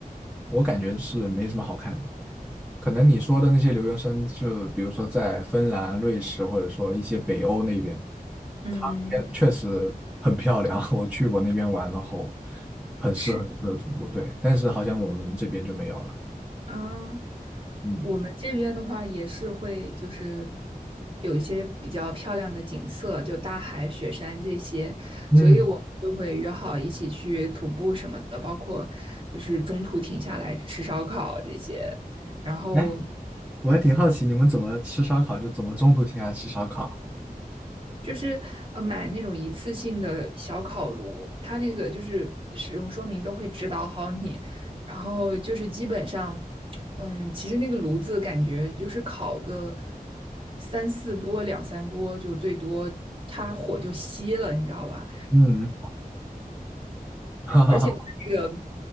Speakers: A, in the centre; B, on the right.
A: 我感觉是没什么好看的。可能你说的那些留学生，就比如说在芬兰、瑞士，或者说一些北欧那边，
B: 嗯，
A: 他那边确实很漂亮。<laughs> 我去过那边玩，然后很适合很适合徒步，
B: 是。
A: 对。但是好像我们这边就没有了。
B: 啊，
A: 嗯
B: 我们这边的话也是会，就是有一些比较漂亮的景色，就大海、雪山这些，
A: 嗯，
B: 所以我们就会约好一起去徒步什么的，包括就是中途停下来吃烧烤这些。然后
A: 哎，我还挺好奇你们怎么吃烧烤，就怎么中途停下来吃烧烤。
B: 就是呃买那种一次性的小烤炉，它那个就是使用说明都会指导好你，然后就是基本上，嗯，其实那个炉子感觉就是烤个三四波、两三波就最多，它火就熄了，你知道吧？
A: 嗯，<laughs> 哈哈哈。
B: 而且它那个，